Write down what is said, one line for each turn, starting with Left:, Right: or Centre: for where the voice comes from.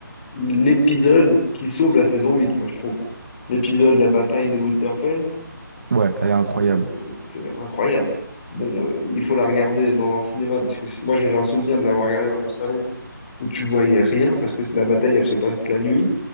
Left: l'épisode qui sauve la saison 8, moi je trouve. L'épisode, la bataille de Winterfell,
Right: Ouais,
Left: ah,
Right: elle est incroyable.
Left: c'est c'est incroyable. Bon, euh, il faut la regarder dans un cinéma parce que c'est- moi j'ai un souvenir de l'avoir regardée dans mon salon où tu voyais rien parce que la bataille elle se passe la nuit,